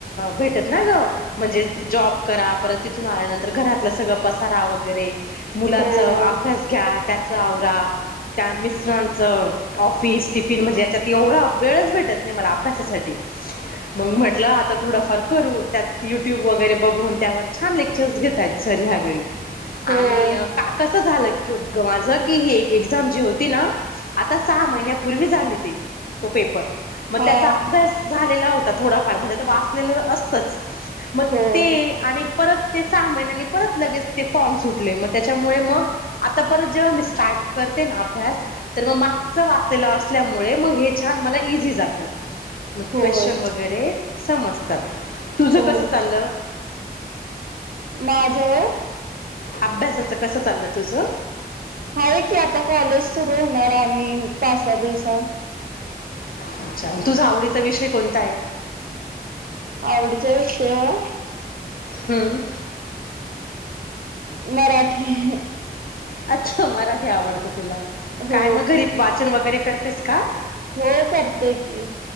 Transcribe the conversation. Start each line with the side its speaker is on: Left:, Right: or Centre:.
Left: भेटत ना गं म्हणजे जॉब करा परत तिथून आल्यानंतर घरातलं सगळं पसारा वगैरे मुलाचं
Right: होय
Left: अभ्यास घ्या त्याचां आवरा त्या मिस्टरांच ऑफिस टिफिन म्हणजे याच्यात एवढा वेळच भेटत नाही मला अभ्यासासाठी मग म्हटलं आता थोडाफार करू त्यात युट्यूब वगैरे बघून त्यावर छान लेक्चर्स घेतय आहेत. सर ह्यावेळी आणि
Right: होय
Left: का कस झालं. की माझ ही एक एक्झाम जी होती. ना आता सहा महिन्यापूर्वी झाली ती तो पेपर मग
Right: हा
Left: त्याचा अभ्यास झालेला होता. थोडाफार म्हणजे ते वाचलेलं असतंच. मग
Right: होय
Left: ते आणि परत ते सहा महिन्यांनी परत लगेच. ते फॉर्म सुटले मग त्याच्यामुळे मग आता परत जेव्हा मी स्टार्ट करते. ना अभ्यास तर मग मागचं वाचलेलं असल्यामुळे मग हे छान मला इझी जातं. मग
Right: होय
Left: क्वेशन वगैरे समजतात. तुझं
Right: होय
Left: कसं चाललं?
Right: माझ होय
Left: अभ्यासाच कसं चाललं तुझं?
Right: हाये की, आता कॉलेज सुरू होणार आणि पाचसा दिवसात.
Left: अच्छा, तुझा आवडीचा विषय कोणता आहे?
Right: आवडीचा विषय होय?
Left: हूम.
Right: मराठी <inaudible>
Left: अच्छा, मराठी आवडतो तुला,
Right: हो
Left: काय मग घरी वाचन वगैरे करतेस का?
Right: हो करते की,